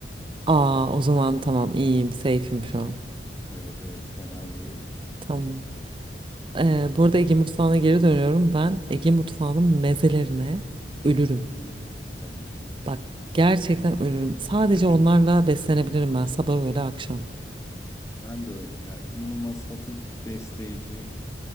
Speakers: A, on the right; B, on the left.
A: Aa o zaman tamam iyiyim, safe'im şu an.
B: Evet evet fena bir
A: Tamam.
B: durum.
A: Ee, bu arada Ege mutfağına geri dönüyorum. Ben Ege mutfağının mezelerine ölürüm.
B: Hı hı, Tabii ki.
A: Bak gerçekten ölürüm. Sadece
B: <clears throat>
A: onlarla beslenebilirim ben sabah öğle akşam.
B: Ben de öyle ya. İnanılmaz hafif besleyici.